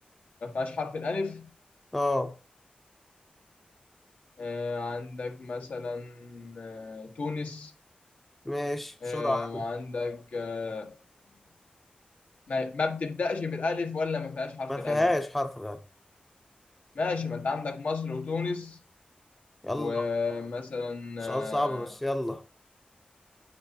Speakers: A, on the left; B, in the centre.
A: ما فيهاش حرف الألف
B: اه
A: آه، عندك مثلا آه، تونس
B: ماشي بسرعة
A: آه، وعندك آه، <clears throat> ما ما بتبدأش بالألف ولا ما فيهاش حرف
B: ما فيهاش
A: الألف
B: حرف الألف
A: ماشي ما انت عندك مصر وتونس
B: يلا
A: ومثلا
B: سؤال
A: آه،
B: صعب بس يلا